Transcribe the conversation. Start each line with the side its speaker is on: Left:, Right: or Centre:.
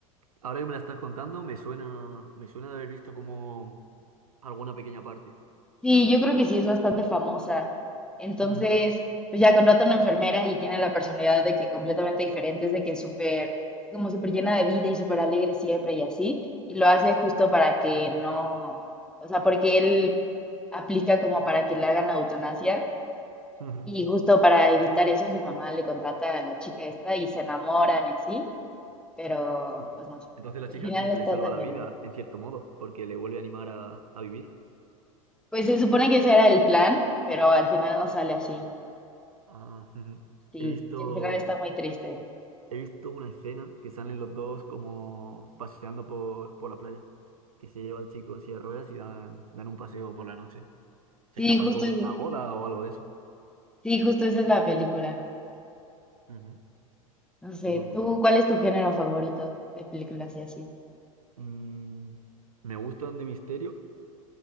Right: ahora que me la estás contando, me suena, me suena de haber visto como alguna pequeña parte.
Centre: Sí, yo creo que sí es bastante famosa. Entonces,
Right: Ujú.
Centre: pues ya contrata una enfermera y tiene la personalidad de que completamente diferente, es de que es súper, como súper llena de vida y súper alegre siempre y así. Y lo hace justo para que no, o sea, porque él aplica como para que le hagan la eutanasia
Right: Ujú.
Centre: y justo para evitar eso su mamá le contrata a la chica esta y se enamoran y así, pero
Right: Sí.
Centre: pues no sé.
Right: Entonces la
Centre: Al
Right: chica
Centre: final
Right: es como
Centre: está
Right: que le salva
Centre: tan
Right: la
Centre: lleno.
Right: vida, en cierto modo, porque le vuelve a animar a, a vivir.
Centre: Pues se supone que ese era el plan, pero al final no sale así.
Right: Ah, ujú.
Centre: Sí,
Right: He visto,
Centre: el final está muy triste.
Right: he visto una escena que salen los dos como paseando por, por la playa, que se lleva al chico en silla de ruedas y dan, dan un paseo por la noche. Se
Centre: Sí,
Right: escapan
Centre: justo
Right: como
Centre: es-
Right: de una boda o algo de eso.
Centre: sí, justo esa es la película.
Right: Ujú.
Centre: No sé,
Right: Muy, muy
Centre: ¿tú
Right: chula.
Centre: cuál es tu género favorito de películas y así?
Right: Mm, me gustan de misterio,